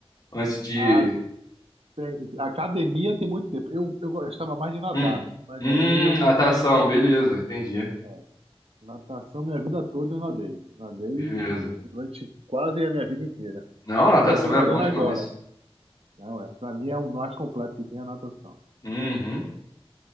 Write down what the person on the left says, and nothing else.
antes de.
Hum,
hum,
natação,
beleza, entendi.
Beleza.
Não, natação
é bom demais.
Uhum.